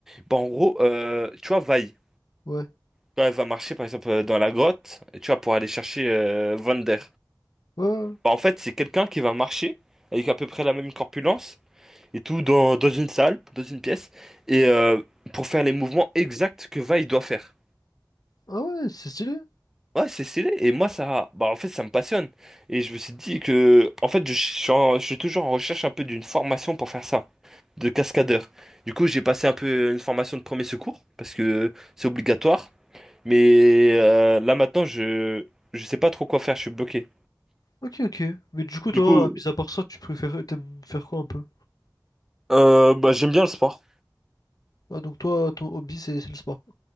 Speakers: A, in the centre; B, on the left.
A: Bah, en gros, euh, tu vois, vaille.
B: ouais.
A: Quand elle va marcher, par exemple, euh, dans la grotte, tu vois, pour aller chercher euh, Vander.
B: Ouais, ouais. ouais.
A: Bah, en fait, c'est quelqu'un qui va marcher avec à peu près la même corpulence et tout dans, dans une salle, dans une pièce, et euh, pour faire les mouvements exacts que vaille doit faire.
B: Ah ouais, c'est stylé.
A: Ouais, c'est stylé. Et moi, ça, bah, en fait, ça me passionne. Et je me suis dit que, en fait, je suis, en- je suis toujours en recherche un peu d'une formation pour faire ça, de cascadeur. Du coup, j'ai passé un peu une formation de premier secours parce que c'est obligatoire. Mais euh, là maintenant, je, je sais pas trop quoi faire. Je suis bloqué.
B: Ok, ok. ok. Mais du coup, toi,
A: Du coup,
B: mis à part ça, tu préfères, t'aimes faire quoi un peu?
A: euh, bah, j'aime bien le sport.
B: Ah, donc toi, ton hobby, c'est c'est le sport.